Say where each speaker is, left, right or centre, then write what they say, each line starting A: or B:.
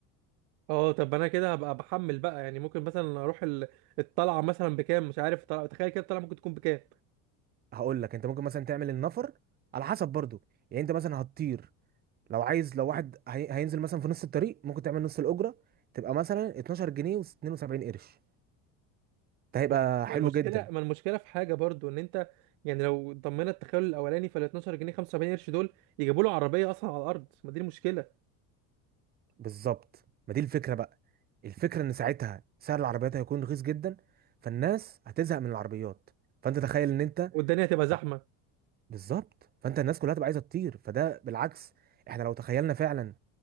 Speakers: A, on the right; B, on the right.
A: اه طب انا كده هبقى بحمل بقى يعني ممكن مثلا اروح ال- الطلعه مثلا بكام مش عارف طلع... تخيل كده الطلعه ممكن تكون بكام
B: هقول لك انت ممكن مثلا تعمل النفر على حسب برضو يعني انت مثلا هتطير لو عايز لو واحد هي... هينزل مثلا في نص الطريق ممكن تعمل نص الاجره تبقى مثلا 12 جنيه و72 قرش ده هيبقى
A: طب
B: حلو
A: ما المشكله
B: جدا
A: ما المشكله في حاجه برضو ان انت يعني لو ضمينا التخيل الاولاني فال 12 جنيه 75 قرش دول يجيبوا له عربيه اصلا على الارض ما دي المشكله
B: بالظبط ما دي الفكره بقى الفكره ان ساعتها سعر العربيات هيكون رخيص جدا فالناس هتزهق من العربيات فانت تخيل ان انت
A: والدنيا هتبقى زحمه
B: لا بالظبط فانت الناس كلها تبقى عايزه تطير فده بالعكس احنا لو تخيلنا فعلا